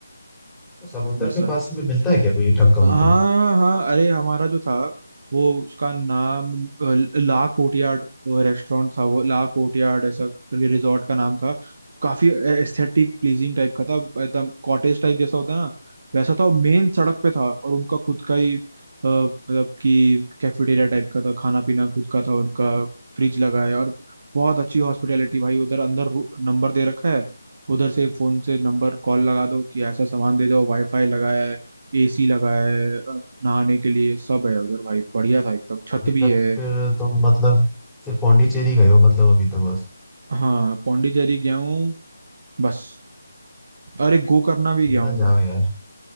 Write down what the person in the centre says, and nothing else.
तो समुंदर
के पास में मिलता है क्या कोई ढंग का
होटल
तो अभी
तक
फिर तुम मतलब सिर्फ पौंडीचेरी गए हो मतलब अभी तक बस
शिमला
जाओ
यार